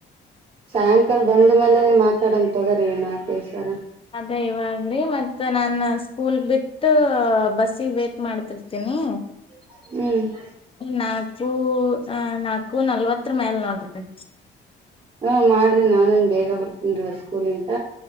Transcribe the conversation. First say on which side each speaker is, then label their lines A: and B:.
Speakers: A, on the right; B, on the left.
A: ಸಾಯಂಕಾಲ್. ಕಲ್ ಬಂದ ಮೇಲೆನೆ ಮಾತಾಡೋನ ತೋಗೋರಿ ಈ ನಾಲ್ಕೈದ ಸಲ.
B: ಅದೇ ಇವಾಗ್ರೀ ಮತ್ತ ನಾನ ಸ್ಕೂಲ್ ಬಿಟ್ಟ ಬಸ್ಸಿಗೆ ವೇಟ್ ಮಾಡ್ತಿರ್ತೀನಿ.
A: ಹ್ಮ್.
B: ನಾಲ್ಕು ಹ ನಾಲ್ಕು ನಲ್ವತ್ತರ ಮ್ಯಾಲ ನೋಡ್ರಿ.
A: ಹೂ ಮಾಡ್ರಿ ನಾನೇನ ಬೇಗ ಬರ್ತೀನರಿ ಇವತ್ತ ಸ್ಕೂಲ್ ಇಂತ.